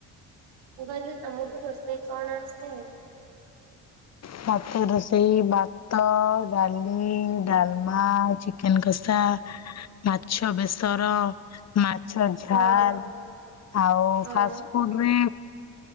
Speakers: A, on the right; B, on the left.
A: ମୁଁ କହିଲି ତମକୁ ରୋଷେଇ କଣ ଆସେ?
B: ଭାତ ରୋଷେଇ ଭାତ ଡାଲି ଡାଲମା ଚିକେନ୍ କଷା ମାଛ ବେସର ମା ଛ ଝାଲ୍
A: ହଁ
B: ଆଉ
A: ହଁ
B: ଫାଷ୍ଟଫୁଡରେ